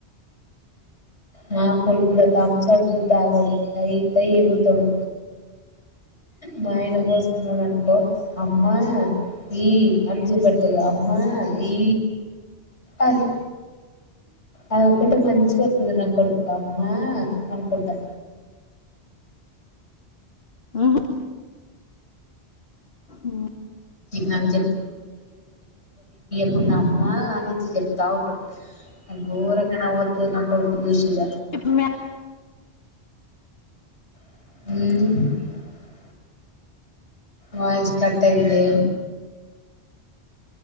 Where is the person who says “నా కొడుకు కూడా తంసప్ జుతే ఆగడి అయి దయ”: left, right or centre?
Left